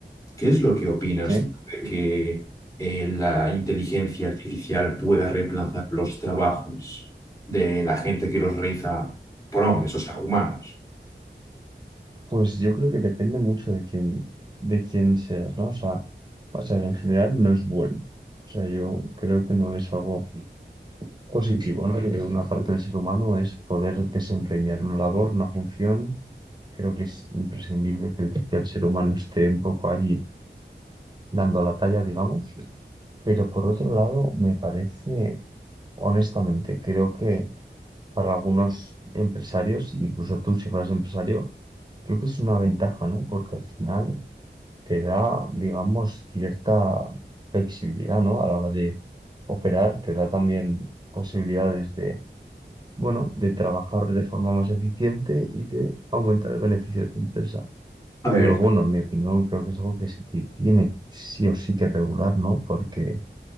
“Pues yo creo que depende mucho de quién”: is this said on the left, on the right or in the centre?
Right